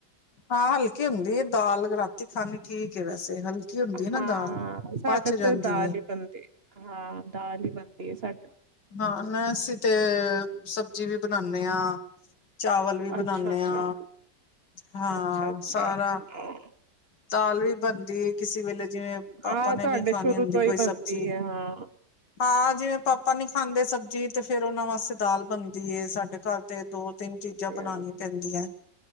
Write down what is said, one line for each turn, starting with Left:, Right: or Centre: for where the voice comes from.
Left: ਹਾਂ ਹਲਕੀ ਹੁੰਦੀ ਐ ਦਾਲ ਰਾਤੀ ਖਾਣੀ ਠੀਕ ਐ ਵੈਸੇ ਹਲਕੀ ਹੁੰਦੀ ਹੈ ਨਾ
Right: ਹਾਂ
Left: ਦਾਲ।
Right: ਸਾਡੇ
Left: ਪਚ ਜਾਂਦੀ
Right: ਤੇ ਦਾਲ
Left: ਏ
Right: ਈ ਬਣਦੀ ਹਾਂ ਦਾਲ ਈ ਬਣਦੀ ਦੀ ਐ ਸ
Left: ਹਾਂ ਮੈਂ ਅਸੀਂ ਤੇ ਸਬਜ਼ੀ ਵੀ ਬਣਾਨੇ ਆ ਚਾਵਲ ਵੀ ਬਣਾਨੇ
Right: ਅੱਛਾ ਅੱਛਾ
Left: ਆ ਹਾਂ
Right: ਅੱਛਾ ਅੱਛਾ
Left: ਸਾਰਾ
Right: ਹਾਂ
Left: ਦਾਲ ਵੀ ਬਣਦੀ ਹੈ ਕਿਸੇ ਵੇਲੇ ਜਿਵੇਂ ਪਾਪਾ
Right: ਹਾਂ
Left: ਨੇ
Right: ਤੁਹਾਡੇ
Left: ਨਹੀਂ ਖਾਣੀ
Right: ਸ਼ੁਰੂ
Left: ਹੁੰਦੀ
Right: ਤੋਂ ਹੀ
Left: ਕੋਈ
Right: ਬਣਦੀ
Left: ਸਬਜ਼ੀ
Right: ਹੈ ਹਾਂ
Left: ਹਾਂ ਜਿਵੇਂ ਪਾਪਾ ਆਪਾਂ ਨੀ ਖਾਂਦੇ ਸਬਜ਼ੀ ਤੇ ਫੇਰ ਉਹਨਾਂ ਵਾਸਤੇ ਦਾਲ ਬਣਦੀ ਸਾਡੇ ਘਰ ਤੇ ਦੋ ਤਿੰਨ
Right: ਹਾਂਜੀ
Left: ਚੀਜ਼ਾਂ ਬਣਾਾਨੀਆਂ
Right: ਹਾਂਜੀ
Left: ਪੈਂਦੀਆਂ